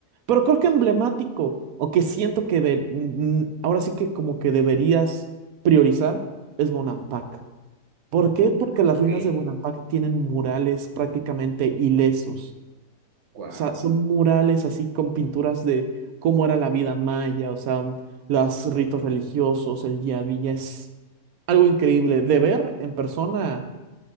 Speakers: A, on the right; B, on the right.
A: Pero creo que emblemático o que siento que de- mm, ahora sí que como que deberías priorizar es Bonampak.
B: Bueno,
A: ¿Por qué? Porque las
B: ok.
A: ruinas de Bonampak tienen murales prácticamente ilesos.
B: Wow,
A: O sea, son murales así con pinturas de cómo era la vida maya, o sea, los ritos religiosos, el día a día. Es algo increíble. De ver en persona